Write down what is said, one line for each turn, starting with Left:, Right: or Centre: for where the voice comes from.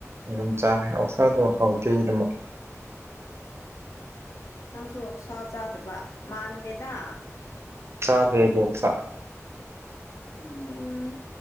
Right: ꯎ ꯆꯥꯔꯦ ꯑꯧꯁꯥꯗꯣ ꯍꯥꯎꯇꯦꯒꯤꯗꯃꯛ
Left: ꯅꯁꯨ ꯁ ꯆꯗꯕ ꯃꯥꯗꯦꯗ
Right: ꯆꯗꯗꯣ ꯆ
Left: ꯎꯝ